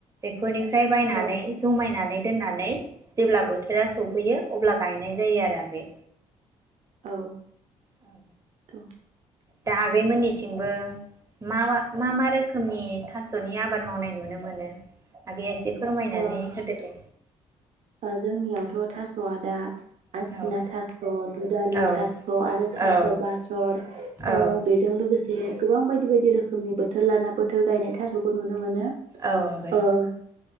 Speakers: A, on the right; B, on the right.
A: फोरनिफ्राय बायनानै
B: औ
A: ज'मायनानै दोननानै जेब्ला बोथोरा सौफैयो अब्ला गायनाय जायो आरो आगै।
B: औ
A: औ
B: औ
A: दा आगै मोननिथिंबो मा मा मा मा रोखोमनि थास'नि आबाद मावनाय नुनो मोनो आगैआ एसे फोरमायनानै
B: ओ
A: होदो दे।
B: जोंनियावथ' थास'आ दा आसिना
A: औ
B: थास', दुदालि
A: औ
B: थास' आरो थास'
A: औ
B: बासर
A: औ
B: बेजों लोगोसे गोबां बायदि बायदि रोखोम खोमनि बोथोर लाना बोथोर गायनाय थास'खौ नुनो मोनो।
A: औ आगै
B: ओं